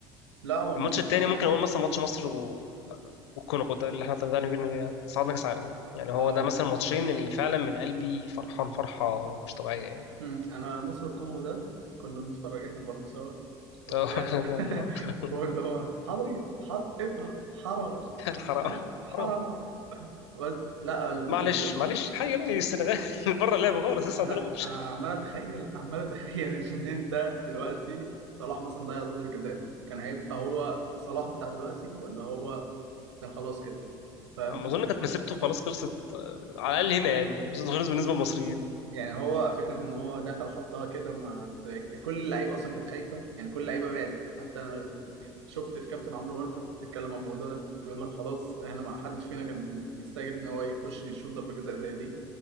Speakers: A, on the right (about 85°); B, on the left (about 75°).
A: لا هو ماتش
B: الماتش التاني ممكن اقول مثلا ماتش مصر و... والكونغو ده اللي احنا طلعنا فيه إنه صعدنا كاس عالم يعني هو
A: اه
B: ده مثلا ماتشين اللي فعلا من قلبي فرحان فرحه مش طبيعيه يعني
A: مم. انا مصر الكونغو ده كنا بنتفرج احنا برضه سوا وبتاع
B: <laughs>
A: <laughs> واللي هو حضري حضري اقفل حرا
B: حرام
A: حرا حرا
B: حرام
A: بس لا ال...
B: معلش
A: ال...
B: معلش حاجه يا ابني السنغال <laughs> بره اللعبه خالص لسه
A: انا
B: عندنا ماتش
A: انا عمال اتخيل عمال اتخيل <laughs> ان انت دلوقتي صلاح مثلا ضيع ضربة الجزاء دي كان هيبقى هو صلاح بتاع دلوقتي ولا هو كان خلاص كده فاهم
B: ما اظن كانت مسيرته خلاص خلصت آه، على الاقل هنا يعني كانت مسيرته خلصت بالنسبه للمصريين
A: يعني هو فكرة ان هو دخل حطها كده مع كل اللعيبة اصلا كانت خايفة يعني كل اللعيبة بعدت حتى انا شفت الكابتن عمرو وردة بيتكلم عن الموضوع ده بيقول لك خلاص احنا ما حدش فينا كان يستجري ان هو يخش يشوط ضربة جزاء زي دي